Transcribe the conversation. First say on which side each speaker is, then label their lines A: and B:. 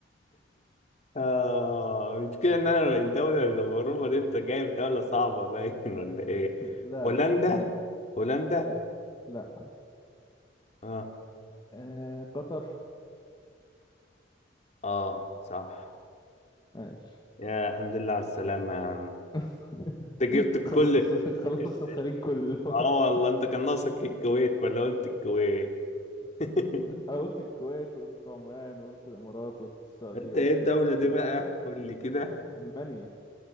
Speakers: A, on the left (about 40°); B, on the left (about 25°).
A: آه المشكلة إن أنا الدولة اللي بروفة دي أنت جايب دولة صعبة باين <laughs> ولا إيه؟
B: لا
A: هولندا
B: لا لا
A: هولندا
B: لا لا
A: آه
B: آه قطر
A: آه صح
B: ماشي
A: يا الحمد لله على السلامة يا عم
B: <laughs>
A: أنت جبت الكل
B: خلصت خلصت
A: أنت
B: الخليج كله
A: آه
B: <laughs>
A: والله أنت كان ناقصك الكويت ولا قلت الكويت <laughs>
B: أنا قلت الكويت وقلت عمان وقلت الامارات وقلت السعودية
A: أنت
B: وقلت
A: إيه الدولة
B: البحرين
A: دي بقى؟ قول لي كده
B: المانيا